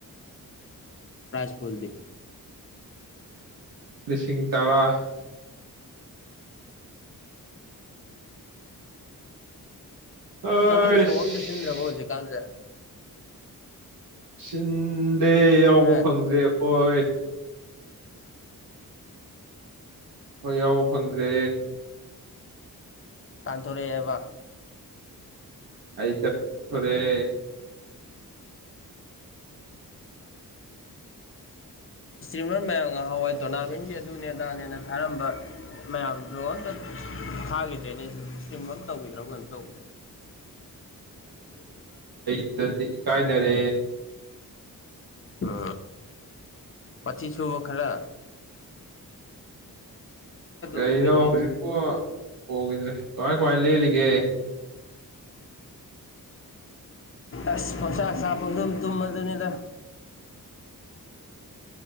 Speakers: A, on the left (about 35°); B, on the right (about 80°).
A: ꯄ꯭ꯔꯥꯏꯖ ꯐꯣꯜꯗꯤ
B: ꯂꯤꯁꯤꯡ ꯇꯔꯥ ꯑꯩꯁ
A: ꯅ ꯁꯣꯗꯤ ꯁꯤ꯭ꯔꯣ ꯍꯧꯖꯤ ꯀꯥꯟꯁꯦ
B: ꯁꯤꯟꯗꯦ ꯌꯥꯎꯕ
A: ꯍꯦ
B: ꯐꯪꯗ꯭ꯔꯦ ꯑꯩꯈꯣꯏ ꯍꯣꯏ ꯌꯥꯎꯕ ꯐꯪꯗ꯭ꯔꯦ
A: ꯇꯥꯟꯊꯣꯔꯛꯑꯦꯕ
B: ꯏ ꯊꯔꯦ
A: ꯏꯁꯇ꯭ꯔꯤꯝꯃꯔ ꯃꯌꯥꯝ ꯉꯍꯥꯎꯋꯥꯏ ꯇꯣꯔꯅꯥꯃꯦꯟꯒꯤ ꯑꯗꯨꯅꯦ ꯑꯗꯥꯅꯦꯅ ꯊꯥꯔꯝꯕ ꯃꯌꯥꯝꯗꯣ ꯑꯝꯇ ꯊꯥꯈꯤꯗ꯭ꯔꯦꯅꯦ ꯏꯁꯇꯤꯝ ꯇꯧꯈꯤꯗ꯭ꯔꯕ ꯀꯩꯅ ꯇꯧꯗ꯭ꯔ
B: ꯗꯤ ꯀꯥꯏ ꯅ ꯔꯦ
A: ꯑ ꯄꯆꯤꯁꯨꯕꯈꯔ
B: ꯀꯩꯅꯣ
A: ꯎꯈꯤꯗ꯭ꯔꯦꯅꯦ
B: ꯍꯧꯖꯤꯛꯄꯨ ꯎꯈꯤꯗ꯭ꯔꯦ ꯀꯃꯥꯏ ꯀꯃꯥꯏ ꯂꯦꯜꯂꯤꯒꯦ
A: ꯑꯁ ꯄꯧꯁꯥ ꯆꯥꯐꯥꯎꯗꯝ ꯇꯨꯝꯃꯗꯅꯤꯗ